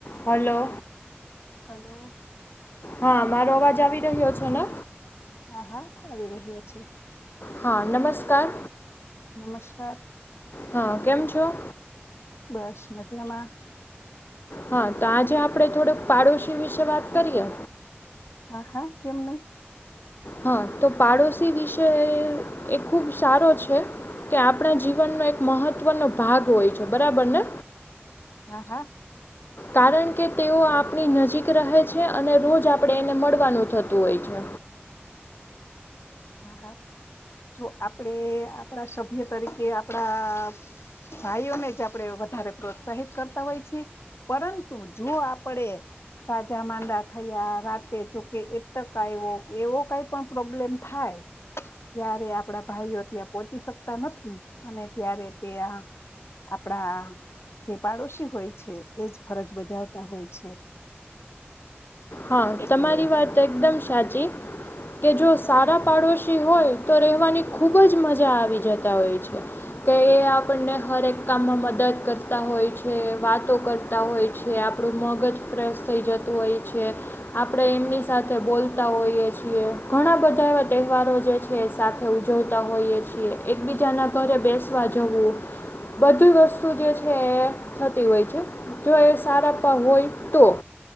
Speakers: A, on the left (about 55°); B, on the left (about 80°).
A: હલો
B: હલો
A: હા મારો અવાજ આવી રહ્યો છે ને?
B: હા હા આવી રહ્યો છે.
A: હા નમસ્કાર
B: નમસ્કાર
A: હા કેમ છો?
B: બસ મજામાં
A: હા તો આજે આપણે થોડુક પાડોશી વિશે વાત કરીએ.
B: હા હા કેમ નહી
A: હા તો પાડોશી વિશે એ ખુબ સારો છે. કે આપણા જીવનનો એક મહત્વનો ભાગ હોય છે બરાબર ને
B: હા હા
A: કારણ કે તેઓ આપણી નજીક રહે છે અને રોજ આપણે એને મળવાનું થતું હોય છે.
B: <inaudible> હા હા જો આપણે આપણા સભ્ય તરીકે આપણા ભાઈઓને જ આપણે વધારે પ્રોત્સાહિત કરતા હોય છે પરંતુ જો આપણે સાજા માંદા થયા રાતે જોકે એટક આવ્યો એવો કઈ પણ પ્રોબ્લેમ થાઈ ત્યારે આપડા ભાઈઓ ત્યાં પોહોચી શકતા નથી અને ત્યારે તે આ આપડા જે પાડોશી હોય છે એજ ફરજ બજાવતા હોય છે <inaudible>
A: હા
B: એટલે
A: તમારી વાત એકદમ સાચી કે જો સારા પાડોશી હોય તો રહેવાની ખૂબ જ મજા આવી જતા હોય છે કે એ આપણને હરેક કામમાં મદદ કરતા હોય છે વાતોઓ કરતા હોય છે આપ થોડું મગજ ફ્રેશ થઈ જતું હોય છે આપણે એમની સાથે બોલતા હોઈએ છીએ ઘણા બધા એવા તહેવારો જે છે સાથે ઉજવતા હોઈએ છીએ એકબીજાના ઘરે બેસવા જવું બધી વસ્તુ જે છે એ થતી હોય છે જો એ સારા પા હોય તો